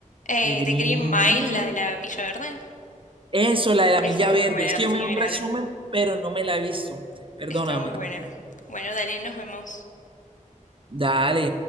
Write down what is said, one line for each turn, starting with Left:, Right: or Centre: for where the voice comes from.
Left: Eh,
Right: de Green,
Left: The Green Mile,
Right: ¿cómo es que se
Left: la
Right: llama?
Left: de la Milla Verde.
Right: Eso, la de la
Left: Esa
Right: milla
Left: es
Right: verde.
Left: muy buena.
Right: Es que
Left: Sí,
Right: yo me
Left: mírala.
Right: vi un resumen, pero no me la he visto. Perdóname.
Left: Está muy buena. Bueno, dale, nos vemos.
Right: Dale.